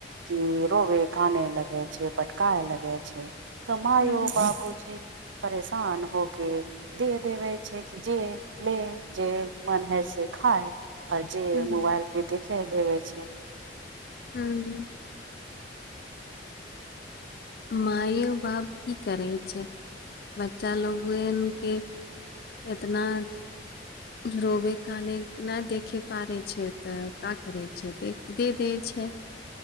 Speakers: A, on the right; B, on the left.
A: की रोबे काने लगे छै पटकाए लगे छै। तऽ मायो
B: हूँ
A: बाबू जी परेशान होके। दे देबे छै कि जे ले जे मन है से खाय। अ जे
B: हूँ
A: मोबाइल पे दिखे दबे छै।
B: हूँ। माइयो बाप की करै छै बच्चा लोगेन केँ। एतना। रोबे काने नहि देखे पारे छै त का करै छै दे देै छै।